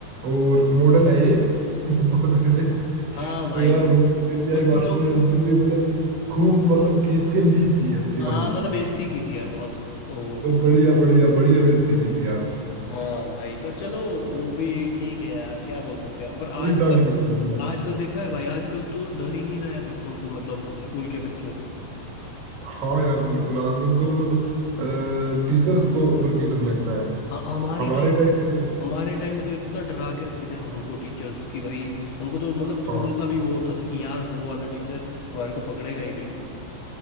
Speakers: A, on the right; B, on the left.
A: और मॉडल है ये <laughs> बहुत बड़े
B: हाँ भाई
A: तो यार वो पीटीआई
B: उस
A: मास्टर
B: दिन तो
A: ने उस दिन भी मतलब खूब मतलब खींच के ली थी अच्छी
B: हाँ
A: वाली
B: मतलब बेइज्जती की थी यार बहुत वो
A: वो बढ़िया बढ़िया बढ़िया बेइज्जती की थी यार
B: हाँ भाई पर चलो वो भी ठीक है यार क्या बोल सकते हैं पर आजकल
A: पूरी टांग खींची थी यार
B: आजकल देखा है भाई आजकल तो डर ही नहीं रहा है बच्चों को मतलब स्कूल के बच्चों को
A: हाँ यार बिल्कुल आजकल तो मतलब टीचर्स को बल्कि डर लगता है
B: हाँ, हमारे
A: हमारे
B: टाइम
A: टाइम
B: पे
A: में तो
B: हमारे टाइम पे तो इतना डरा के रखते थे हमको टीचर्स की भाई हमको तो मतलब
A: हाँ
B: थोड़ा सा भी वो होता था कि यार वो वाला टीचर हमारे को पकड़ेगा ही बिल्कुल